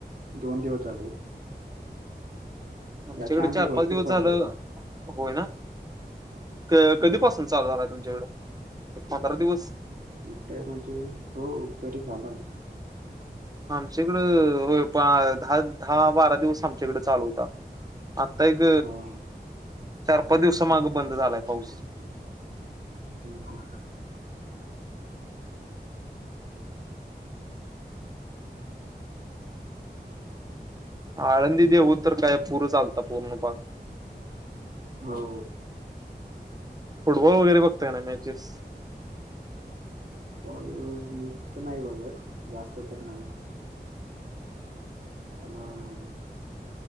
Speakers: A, on the right; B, on the right.
A: दोन दिवस झाले.
B: आमच्याकडे
A: याच्या आधी
B: चार
A: भरपूर
B: पाच दिवस
A: पडलेला
B: झालं होय ना क कधीपासून
A: हो
B: चालू झालाय तुमच्याकडं? एक पंधरा दिवस.
A: इकडे म्हणजे हो तरी झालाय.
B: आमच्याकडं होय पा दहा दहा बारा दिवस आमच्याकडं चालू होता. आत्ता एक
A: हा
B: चार पाच दिवसा मागं बंद
A: आता
B: झालाय पाऊस.
A: समजा हम्म हम!
B: आळंदी देहू तर काय पुरंच आलता पूर्ण पाक.
A: हो.
B: फुटबॉल वगैरे बघतय ना मॅचेस?
A: बॉल नाही बघत जास्त तर नाही. पण